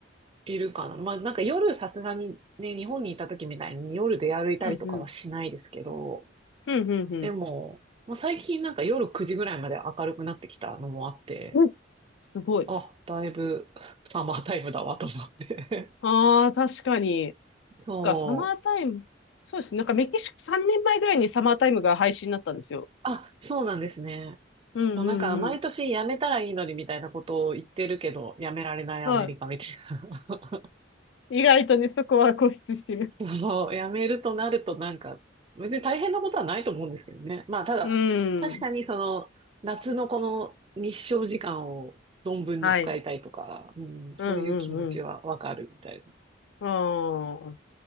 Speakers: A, on the right; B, on the left.
A: いるかな。まあなんか夜さすがにね、日本にいた時みたいに夜出歩いたりとかはしないですけど、
B: うんうん。うんうんうん。
A: でも、まあ、最近なんか夜9時ぐらいまで明るくなってきたのもあって、
B: うん。すごい。
A: あ、だいぶサマータイムだわと思って。
B: ああ、確かに。そっか、
A: <laughs> そう。
B: サマータイム。そうですね。なんかメキシコ3年前ぐらいにサマータイムが廃止になったんですよ。
A: あ、そうなんですね。
B: うんうんうん。
A: そう、なんか、毎年辞めたらいいのにみたいなことを言ってるけど、辞められないアメリカみたいな。
B: はい。意外とね、そこは固執してる。
A: <laughs> そう、辞めるとなるとなんか、別に大変なことはないと思うんですけどね。まあ、ただ、
B: うん。
A: 確かにその、夏のこの日照時間を存分に使いたいとか、
B: はい。
A: うん、そういう気持ちはわかるみたい
B: うんうんうん。ああ、